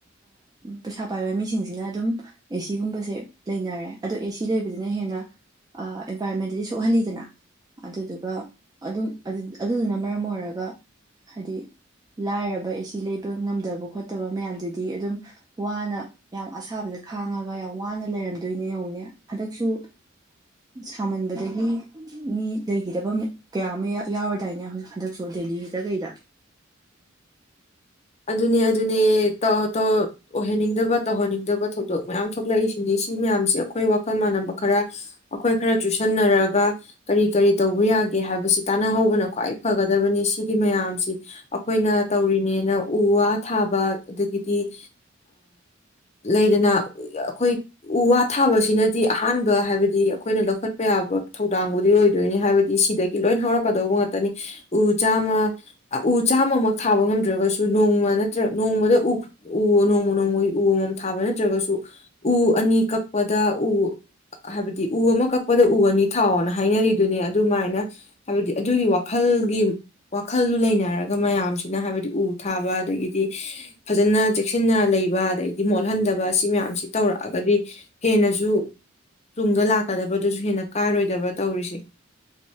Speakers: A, on the right (about 20°); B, on the left (about 35°).
A: ꯄꯩꯁꯥ ꯄꯥꯏꯕ ꯃꯤꯁꯤꯡꯁꯤꯅ ꯑꯗꯨꯝ ꯑꯦꯁꯤꯒꯨꯝꯕꯁꯦ ꯂꯩꯅꯔꯦ ꯑꯗꯣ ꯑꯦꯁꯤ ꯁꯤ ꯂꯩꯕꯗꯨꯅ ꯍꯦꯟꯅ ꯑꯦꯟꯚꯥꯏꯔꯣꯟꯃꯦꯟꯗꯗꯤ ꯁꯣꯛꯍꯜꯂꯤꯗꯅ ꯑꯗꯨꯗꯨꯒ ꯑꯗꯨꯝ ꯑꯗꯨꯗꯨꯅ ꯃꯔꯝ ꯑꯣꯏꯔꯒ ꯍꯥꯏꯗꯤ ꯂꯥꯏꯔꯕ ꯑꯦꯁꯤ ꯂꯩꯕ ꯉꯝꯗꯕ ꯈꯣꯠꯇꯕ ꯃꯌꯥꯝꯗꯨꯗꯤ ꯑꯗꯨꯝ ꯋꯥꯅ ꯌꯥꯝ ꯑꯁꯥꯕꯗ ꯈꯥꯡꯉꯒ ꯌꯥꯝ ꯋꯥꯅ ꯂꯩꯔꯝꯗꯣꯏꯅꯦ ꯌꯦꯡꯉꯣ ꯍꯟꯗꯛꯁꯨ ꯁꯥꯃꯟꯕꯗꯒꯤ ꯃꯤ ꯂꯩꯈꯤꯗꯕ ꯀꯌꯥ ꯑꯃ ꯌꯥꯎꯔꯗꯥꯏꯅꯦꯛ ꯍꯟꯗꯛꯁꯨ ꯗꯦꯜꯂꯤꯗ ꯀꯩꯗ
B: ꯑꯗꯨꯅꯦ ꯑꯗꯨꯅꯦ ꯑꯣꯏꯍꯟꯅꯤꯡꯗꯕ ꯇꯧꯍꯟꯅꯤꯡꯗꯕ ꯊꯧꯗꯣꯛ ꯃꯌꯥꯝ ꯊꯣꯛꯂꯛꯏꯁꯤꯅꯤ ꯁꯤ ꯃꯌꯥꯝꯁꯤꯦ ꯑꯩꯈꯣꯏ ꯋꯥꯈꯜ ꯃꯥꯟꯅꯕ ꯈꯔ ꯑꯩꯈꯣꯏ ꯈꯔ ꯆꯨꯁꯟꯅꯔꯒ ꯀꯔꯤ ꯀꯔꯤ ꯇꯧꯕ ꯌꯥꯒꯦ ꯍꯥꯏꯕꯁꯤ ꯇꯥꯟꯅꯍꯧꯕꯅ ꯈ꯭ꯋꯥꯏ ꯐꯒꯗꯕꯅꯤ ꯁꯤꯒꯤ ꯃꯌꯥꯝꯁꯤ ꯑꯩꯈꯣꯏꯅ ꯇꯧꯔꯤꯅꯦꯅ ꯎ ꯋꯥ ꯊꯥꯕ ꯑꯗꯒꯤꯗꯤ ꯂꯩꯗꯅ ꯑꯩꯈꯣꯏ ꯎ ꯋꯥ ꯊꯥꯕꯁꯤꯅꯗꯤ ꯑꯍꯥꯟꯕ ꯍꯥꯏꯕꯗꯤ ꯑꯩꯈꯣꯏꯅ ꯂꯧꯈꯠꯄ ꯌꯥꯕ ꯊꯧꯗꯥꯡꯕꯨꯗꯤ ꯑꯣꯏꯗꯣꯏꯅꯤ ꯍꯥꯏꯕꯗꯤ ꯁꯤꯗꯒꯤ ꯂꯣꯏ ꯍꯧꯔꯛꯀꯗꯧꯕ ꯉꯥꯛꯇꯅꯤ ꯎ ꯆꯥꯝꯃ ꯎ ꯆꯥꯝꯃꯃꯛ ꯊꯥꯕ ꯉꯝꯗ꯭ꯔꯒꯁꯨ ꯅꯣꯡꯃ ꯅꯠꯇ꯭ꯔ ꯅꯣꯡꯃꯗ ꯎ ꯎ ꯅꯣꯡꯃ ꯅꯣꯡꯃꯒꯤ ꯎ ꯑꯃꯃꯝ ꯊꯥꯕ ꯅꯠꯇ꯭ꯔꯒꯁꯨ ꯎ ꯑꯅꯤ ꯀꯛꯄꯗ ꯎ ꯍꯥꯏꯕꯗꯤ ꯎ ꯑꯃ ꯀꯛꯄꯗ ꯎ ꯑꯅꯤ ꯊꯥꯎꯅ ꯍꯥꯏꯅꯔꯤꯗꯨꯅꯦ ꯑꯗꯨꯃꯥꯏꯅ ꯍꯥꯏꯕꯗꯤ ꯑꯗꯨꯒꯤ ꯋꯥꯈꯜꯒꯤ ꯋꯥꯈꯜꯗꯨ ꯂꯩꯅꯔꯒ ꯃꯌꯥꯝꯁꯤꯅ ꯍꯥꯏꯕꯗꯤ ꯎ ꯊꯥꯕ ꯑꯗꯒꯤꯗꯤ ꯐꯖꯅ ꯆꯦꯛꯁꯤꯟꯅ ꯂꯩꯕ ꯑꯗꯗꯒꯤꯗꯤ ꯃꯣꯠꯍꯟꯗꯕ ꯑꯁꯤ ꯃꯌꯥꯝꯁꯤ ꯇꯧꯔꯛꯑꯒꯗꯤ ꯍꯦꯟꯅꯁꯨ ꯇꯨꯡꯗ ꯂꯥꯛꯀꯗꯕꯗꯨꯁꯨ ꯍꯦꯟꯅ ꯀꯥꯏꯔꯣꯏꯗꯕ ꯇꯧꯔꯤꯁꯦ